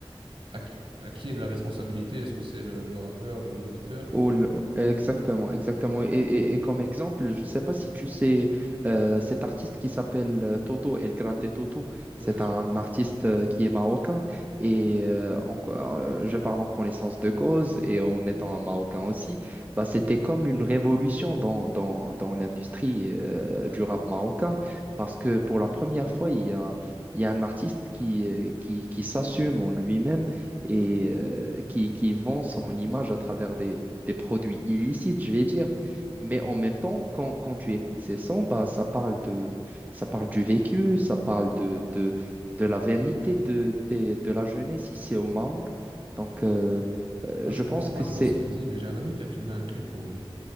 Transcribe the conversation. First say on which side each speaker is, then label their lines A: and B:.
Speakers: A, on the right (about 65°); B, on the right (about 20°).
A: à qui, à qui est la responsabilité? Est-ce que c'est le, le rappeur ou l'auditeur?
B: Ou le- Exactement, exactement. Et, et- et comme exemple, je ne sais pas si tu sais euh, cet artiste qui s'appelle euh, Toto, El Grande Toto.
A: Oui,
B: C'est
A: bien sûr.
B: un artiste euh, qui est marocain et euh, encore, euh, je parle en connaissance de cause et en étant un marocain aussi, bah, c'était comme une révolution dans, dans, dans l'industrie euh,
A: Ouais.
B: du rap marocain parce que pour la première fois, il y a, il y a un artiste qui, euh, qui, qui s'assume en lui-même et euh, qui, qui vend son image à travers des, des produits illicites, je vais dire. Mais
A: Mhm.
B: en même temps, quand, quand tu écoutes ces sons, bah, ça parle de, ça parle du vécu, ça parle de, de, de la vérité de, des- de la jeunesse ici au Maroc. Donc, euh, euh,
A: Moi, je
B: je
A: comprends
B: pense
A: pas
B: que
A: trop
B: c'est...
A: ce qu'il dit, mais j'ai un ami qui a filmé un clip pour lui.